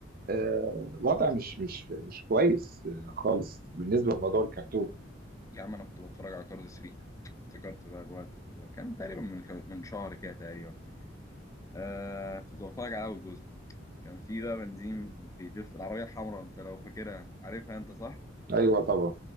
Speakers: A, on the right; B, on the left.
A: آه، وضع مش مش مش كويس آه، خالص بالنسبة لموضوع الكرتون
B: يا عم انا كنت بتفرج على كارد 3 افتكرت بقى الوقت اللي هو كان تقريبا من من شهر كده تقريبا آه كنت بتفرج على اول جزء كان في بقى بنزين بيلف العربيه الحمراء انت لو فاكرها عارفها انت صح
A: ايوه طبعا